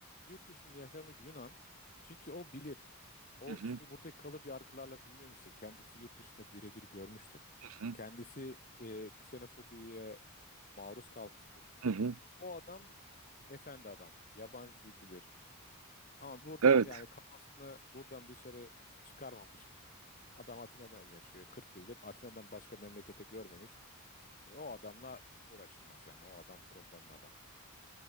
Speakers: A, on the left; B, on the right.
A: Yurt dışında yaşamış Yunan. Çünkü o bilir. O
B: hı hı,
A: çünkü buradaki kalıp yargılarla büyümemiştir. Kendisi yurt dışında birebir görmüştür.
B: hı hı,
A: Kendisi e, ksenofobiye maruz kalmıştır.
B: hı hı.
A: O adam efendi adamdır. Yabancı dil bilir. Ama burada
B: Evet,
A: yani kafasını buradan dışarı çıkarmamış. Adam Atina'da yaşıyor 40 yıldır. Atina'dan başka memlekete görmemiş. E, o adamla uğraşılmaz yani. O adam problemli adam.